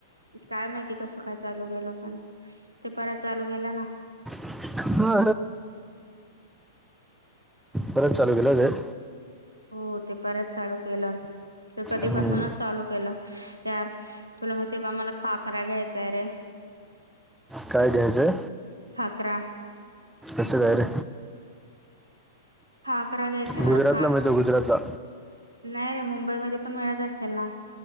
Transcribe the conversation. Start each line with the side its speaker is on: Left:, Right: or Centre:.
Right: काय माहिती कसं काय चालू गेला पण ते परत चालू गेला ना
Centre: हा परत चालू केलंच.
Right: हो ते परत चालू केलं. ते कधी
Centre: हम्म.
Right: फसूनच चालू केलं यार तुला माहितीय का मला खाकरा घ्याय चाय रे
Centre: काय घ्यायचंय
Right: खाकरा
Centre: असचं काय रे
Right: खाकरा घ्यायचाय मला
Centre: गुजरातला
Right: खाक
Centre: मिळत गुजरातला
Right: नाही रे मुंबईमध्ये पण मिळत असेल ना.